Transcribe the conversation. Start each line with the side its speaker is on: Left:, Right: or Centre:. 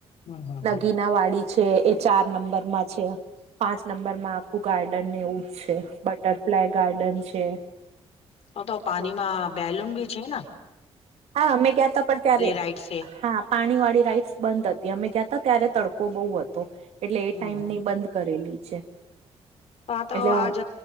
Left: હમ હમ હમ
Right: નગીના વાડી છે એ ચાર નંબર માં છે. પાંચ નંબરમાં આખું ગાર્ડન ને એવું જ છે. બટરફ્લાય ગાર્ડન છે.
Left: હ આ તો પાણીમાં
Right: હા
Left: બેલુન બી છે ના?
Right: હા, અને ગયા તા પણ ત્યારે
Left: રાઈડ્સ છે
Right: હા પાણી વાળી રાઈટ્સ બંધ હતી અમે ગયા હતા ત્યારે તડકો બહુ હતો. એટલે એ
Left: હમ
Right: ટાઈમ ની બંધ કરેલી છે.
Left: તો તો
Right: એટલે
Left: આ જ